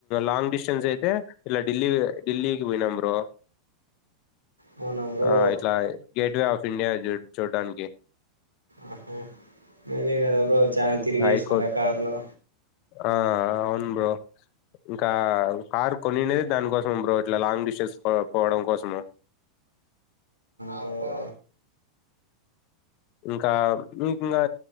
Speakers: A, on the left; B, on the right.
A: లాంగ్ డిస్టెన్స్ అయితే ఇలా ఢిల్లీ ఢిల్లీకి పోయినాం బ్రో
B: అవునా బ్రో
A: ఆ ఇట్లా గేట్ వే పిండియా చు చూడ్డానికి
B: ఆహ మేలే కదా బ్రో చాలా తిరిగేసినారా
A: హైకోర్ట్
B: కార్లో
A: ఆ అవును బ్రో ఇంకా కారు కొనినేది దానికోసం బ్రో, ఇట్లా లాంగ్ డిస్టెన్స్ పోవడం కోసము.
B: అవ్వా
A: ఇంకా మీకు ఇంగా